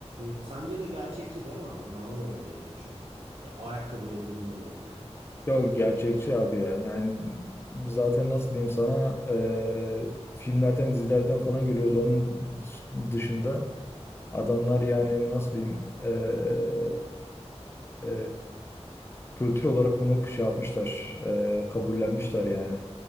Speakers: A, on the right; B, on the left.
A: Ee, sence de gerçekçi değil mi abi? Bana da öyle geliyor çünkü. E, ayakkabıyla girme olayı yani.
B: Yok gerçekçi abi ya. Yani zaten nasıl diyeyim sana e, filmlerden dizilerden falan görüyoruz. Onun dış- dışında adamlar yani nasıl diyeyim e, e, kültür olarak bunu şey yapmışlar, e, kabullenmişler yani.